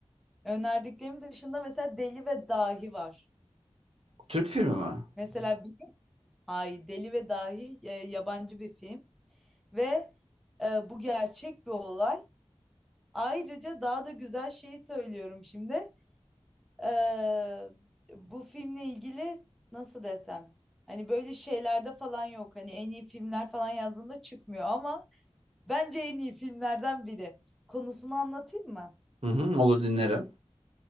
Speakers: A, in the centre; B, on the right.
A: önerdiklerim dışında mesela Deli ve Dahi var.
B: Türk filmi mi?
A: Mesela bir, hayır Deli ve Dahi e, yabancı bir film ve e, bu gerçek bir olay. Ayrıca daha da güzel şeyi söylüyorum şimdi. E, bu filmle ilgili nasıl desem? Hani böyle şeylerde falan yok. Hani en iyi filmler falan yazdığında çıkmıyor ama Bence en iyi filmlerden biri. Konusunu anlatayım mı?
B: Hı hı, olur dinlerim.